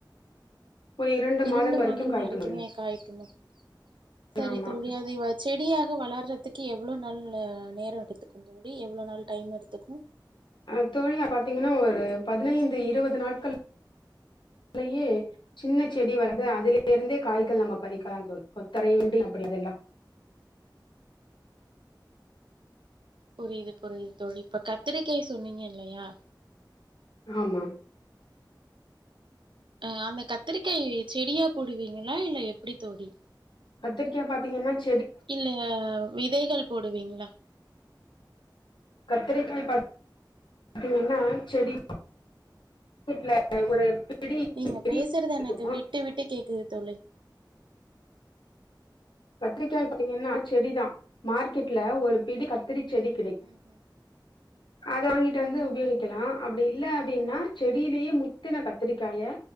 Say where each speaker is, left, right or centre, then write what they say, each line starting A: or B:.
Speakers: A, on the left; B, on the right.
A: ஒரு
B: இரண்டு
A: மாதம் வரைக்கு
B: மாதங்கள்
A: காய்க்கு
B: வரைக்குமே
A: தோழி
B: காய்க்கணும் சரி
A: ஆமா
B: தோழி அது இவ செடியாக வளர்றதுக்கு எவ்ளவு நல்ல நேரம் எடுத்துக்கும் தோழி எவ்ளோ நாள் டைம் எடுத்துக்கு
A: அஹ் தோழியா பாத்தீங்கன்னா ஒரு பதினந்து இருபது நாட்கள் லேயே சின்ன செடி வளர்ந்து அதலேஇருந்தே காய்கள் நம்ம பறிக்கலாம் தோழி கொத்தரை வெண்டி அப்டில்லாம்
B: புரியுது புரியுது தோழி இப்ப கத்திரிக்காய் சொன்னீங்க இல்லயா
A: ஆமா
B: ஆஹ் அந்த கத்திரிக்காய செடியா போடுவீங்களா இல்ல எப்டி தோழி
A: கத்திரிக்கா பாத்தீங்கன்னா சின்ன
B: இல்ல விதைகள் போடுவீங்க ளா
A: கத்திரிக்காய் பாத் தீங்கன்னா செடி வீட்ல ஒரு பிடி
B: நீங்க
A: செடி
B: பேசுறது எனக்கு
A: இருக்கு
B: விட்டுவிட்டு கேக்குது தோழி
A: கத்திரிக்காய் பத்தீங்கன்னா செடிதான் மார்க்கெட்ல ஒரு பிடி கத்திரி செடி கிடைக்கு
B: உம்
A: அத வாங்கி வந்து உபயோகிக்கலாம் அப்டி இல்ல அப்டின்னா செடியிலேயே முத்தன கத்திரிக்காய